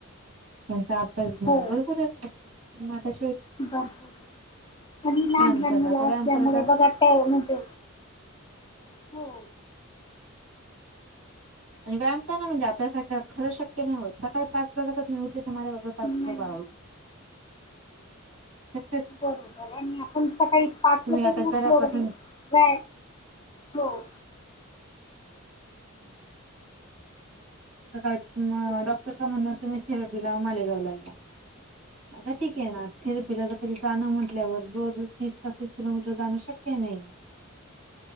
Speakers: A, on the right (about 80°); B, on the left (about 20°).
A: त्यांचा अभ्यास घेणं
B: हो
A: बरोबरच राहतो म आता शेवटी,
B: भरपूर आहे आणि लहान
A: व्यायाम
B: लहान
A: करा
B: मुलं
A: आता व्यायाम
B: असल्यामुळे
A: करायला
B: बघत त्या म्हणजे हो.
A: आणि व्यायाम करण म्हजेल्या का खरं शक्य नाही होत सकाळी पाच वाजता त मी उठ तर माझ्या बाब पाच
B: नाही
A: वाज बाळा उतो. <unintelligible>
B: बरोबर आणि आपण सकाळी पाच
A: तुम्ही
B: वाजत
A: आता
B: घतलो
A: घरापासून
B: घरी व हो.
A: हम्म. काय डॉक्टरच म्हणणं तुम्ही थेरपीला मालेगाव ला या. ठीक आहे नाथिरपिला ज तरी जाणं म्हटल्यावर रोज तीस पस्तीस किलोमीटर जाणं शक्य नाही. <inaudible>